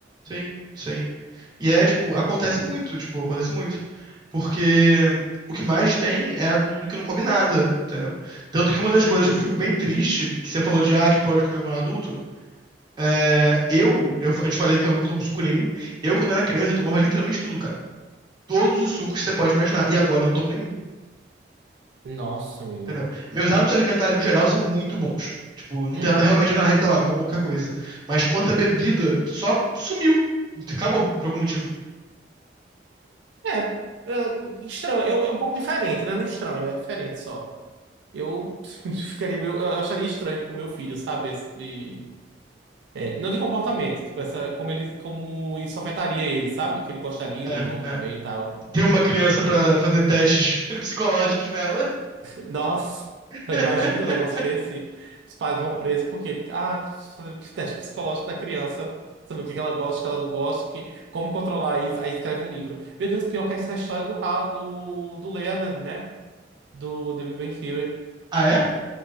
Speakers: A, on the right; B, on the right.
A: Sim, sim. E é, tipo, acontece muito, tipo, acontece muito. Porque o que mais tem é adulto que não come nada, entendeu? Tanto que uma das
B: Uhum.
A: coisas que eu fico bem triste, que você falou de, ah, que pode comer quando é adulto, é, eu, eu fa- eu te falei que eu não tomo suco nenhum. Eu, quando era criança, eu tomava literalmente tudo, cara. Todos os sucos que você pode imaginar. E agora eu não tomo nenhum.
B: Nossa, amigo.
A: Entendeu? Meus hábitos alimentares, no geral, são muito bons. Tipo, não
B: Uhum.
A: tem nada realmente nada a reclamar, eu como qualquer coisa. Mas quanto à bebida, só sumiu. Acabou, por algum motivo.
B: É, é, estranho. É, é um pouco diferente, né? Não é estranho, é diferente só. Eu <laughs> ficaria meio, eu acharia estranho pro meu filho, sabe? Esse- É, não de comportamento, tipo, essa, como ele, como isso afetaria ele, sabe? O que ele gostaria
A: É,
B: ou não de comer
A: é.
B: e tal.
A: Tem uma criança pra fazer testes <laughs> psicológicos nela.
B: <laughs> Nossa,
A: <laughs>
B: imagina um negócio desse. Os pais vão presos, por quê? Porque, ah, quis fazer teste psicológico na criança, saber o que que ela gosta, o que ela não gosta, que, como controlar isso. Aí escreve um livro. Meu Deus, pior que essa história do, Ra- do, do Leonard, né? Do The Big Bang Theory.
A: Ah, é?